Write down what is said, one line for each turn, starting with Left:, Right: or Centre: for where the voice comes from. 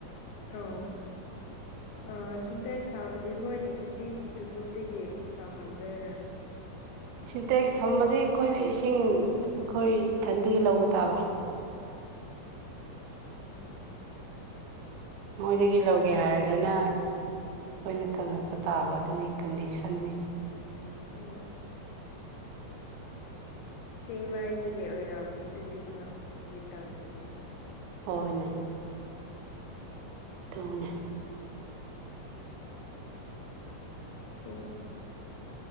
Left: ꯑ ꯑ ꯁꯤꯟꯇꯦꯛ ꯆꯥꯕꯗꯤ ꯃꯣꯏꯅ ꯏꯁꯤꯡ ꯇꯨꯂꯨꯗꯒꯤ ꯇꯧꯍꯟꯗꯣꯏꯔꯔꯥ
Right: ꯁꯤꯟꯇꯦꯛꯁ ꯊꯝꯕꯗꯤ ꯑꯩꯈꯣꯏꯅ ꯏꯁꯤꯡ ꯑꯩꯈꯣꯏ ꯏꯊꯟꯗꯒꯤ ꯂꯧꯕ ꯇꯥꯕ
Left: ꯎꯝ
Right: ꯃꯣꯏꯗꯒꯤ
Left: ꯍꯧꯖꯤꯛ
Right: ꯂꯧꯒꯦ
Left: ꯇꯥꯕꯅꯦ
Right: ꯍꯥꯏꯔꯒꯅ ꯑꯩꯣꯏꯅ ꯊꯥꯡꯒꯠꯄ ꯇꯥꯕ ꯑꯗꯨꯒꯤ ꯀꯟꯗꯤꯁꯟꯅꯤ
Left: ꯎꯝ ꯆꯁꯤꯡ ꯂꯥꯏꯕꯒꯤ ꯑꯣꯏꯔꯛꯑꯝꯃꯤ ꯑꯗꯨꯗꯤ ꯃꯥ ꯍꯧꯖꯤ ꯇꯥꯟꯥꯟꯕꯁꯦ
Right: ꯍꯣꯏꯅꯦ ꯇꯅꯦ
Left: ꯁꯤ